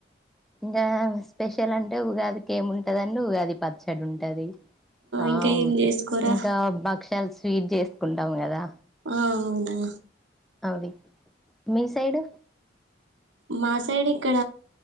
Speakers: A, in the centre; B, on the right.
A: ఇంకా స్పెషల్ అంటే ఉగాదికి ఏముంటదండి ఉగాది పచ్చడి ఉంటది ఆ
B: ఇంకా ఏం చేసుకోరా
A: ఇంకా భక్షలు స్వీట్ చేసుకుంటాం కదా
B: ఆ అవునా
A: అవి మీ సైడ్
B: మా సైడ్ ఇక్కడ